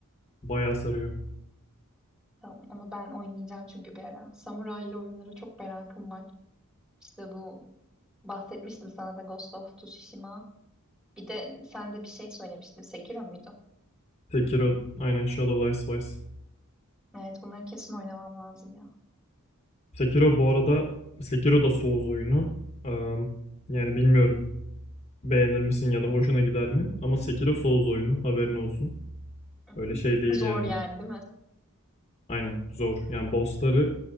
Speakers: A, on the left (about 30°); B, in the centre.
A: Bayağı sarıyor.
B: tamam. Onu ben oynayacağım çünkü bir ara. Samuraylı oyunlara çok merakım var. İşte bu bahsetmiştim sana da Ghost of Tsushima. Bir de sen de bir şey söylemiştin. Sekiro muydu?
A: Sekiro, aynen Shadow Dice Twice.
B: Evet bunları kesin oynamam lazım ya.
A: Sekiro bu arada Sekiro da Souls oyunu. Eee, yani bilmiyorum beğenir misin ya da hoşuna gider mi? Ama Sekiro Souls oyunu haberin olsun.
B: Hı hı.
A: Öyle şey değil
B: Zor
A: yani.
B: yani değil mi?
A: Aynen zor. Yani bossları